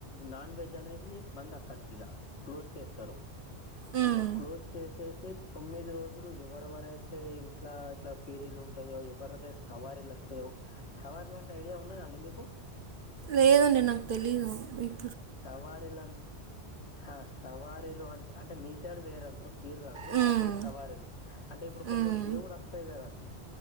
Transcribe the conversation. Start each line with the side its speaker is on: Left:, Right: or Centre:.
Left: నాన్ వెజ్ అనేది బంద్ అక్కడికిగ క్లోజ్ చేస్తరు
Right: హ్మ్.
Left: అంటే క్లోజ్ చేసేసి తొమ్మిది రోజులు ఎవరెవరైతే ఇంట్లా ఇట్ల పీరీలుంటయో ఎవరదైతె సవారీలస్తయో సవారీ లంటె ఐడియా ఉన్నద అండి మీకు
Right: లేదండి నాక్ తెలీదు ఇక్
Left: సవారిలన్ హ సవారీలు అంటే అంటే మీ సైడ్ వేరంటరు పీర్లు అంటరు
Right: హ్మ్.
Left: మా సైడ్ సవారీలు అంటే ఇప్పుడు
Right: హ్మ్.
Left: కొందరు దేవుడోస్తయి కదాండి